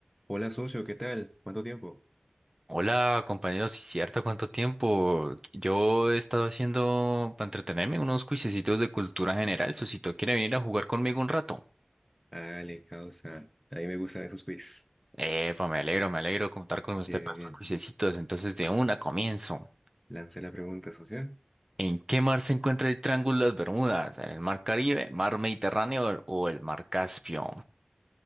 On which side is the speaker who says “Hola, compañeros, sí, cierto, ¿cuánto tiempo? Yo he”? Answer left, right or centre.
Right